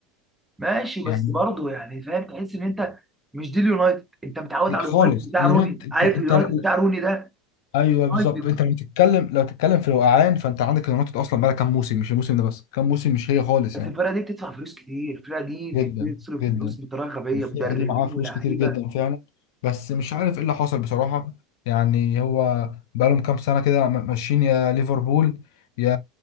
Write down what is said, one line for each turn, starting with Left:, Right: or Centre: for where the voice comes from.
Centre: ماشي بس
Left: يعني
Centre: برضه يعني فاهم تحس ان انت مش دي اليونايتد انت متعود
Left: لا
Centre: على
Left: خالص
Centre: اليونايتد بتاع
Left: اليونايتد
Centre: روني عارف
Left: انت
Centre: اليونايتد
Left: انت
Centre: بتاع روني ده
Left: ايوه بالظبط
Centre: يونايتد
Left: انت لو تتكلم لو تتكلم في الوقعان فانت عندك اليونايتد اصلا بقى كام موسم مش الموسم ده بس كام موسم مش هي خالص
Centre: بس
Left: يعني
Centre: الفرقه دي بتدفع فلوس كتير الفرقه دي
Left: جدا
Centre: بتصرف
Left: جدا
Centre: فلوس بطريقه غبيه
Left: والفرقة
Centre: مدربين
Left: دي معاها فلوس
Centre: ولاعيبه
Left: كتير جدا فعلا بس مش عارف ايه اللي حصل بصراحة يعني هو بقالهم كام سنة كده م- ماشيين يا ليفربول يا